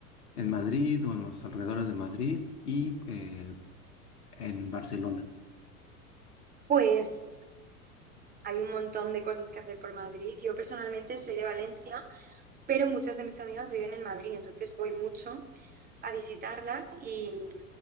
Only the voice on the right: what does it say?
Pues hay un montón de cosas que hacer por Madrid. Yo personalmente soy de Valencia, pero muchas de mis amigas viven en Madrid, entonces voy mucho a visitarlas y,